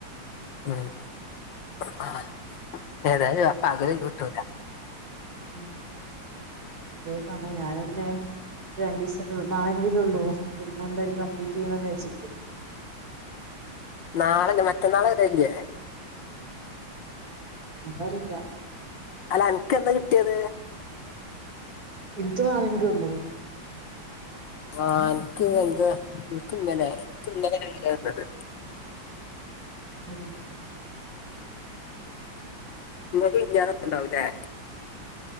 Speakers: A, on the left; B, on the right.
A: ആഹ് ഏതായാലും പകല് ഒഴിവ് കിട്ടൂല.
B: ഉമ് അതേ സമയം ഞാനന്നെ. രണ്ടീസം ല്ലൂ നാളെ കൂടിയല്ലേ ഉള്ളു പിന്നെന്താലും കംപ്ലീറ്റ് ചെയ്യണന്ന് വിചാര്ച്ചിക്ക
A: നാളെല്ല മറ്റന്നാൾ വരല്ലേ?
B: അതറീല.
A: അല്ല അനക്കെന്നാ കിട്ടിയത്?
B: ഇൻക്ക് നാളെകൂടിയുള്ളൂ.
A: ആഹ് അൻക്ക് എന്താ ഇൻക്ക് ഇന്നലെ എനിക്ക് ഇന്നലല്ല വന്നത്.
B: ഉമ്
A: നിങ്ങക്ക് വിര്ന്നാരൊക്കെ ഉണ്ടാവല്ലേ?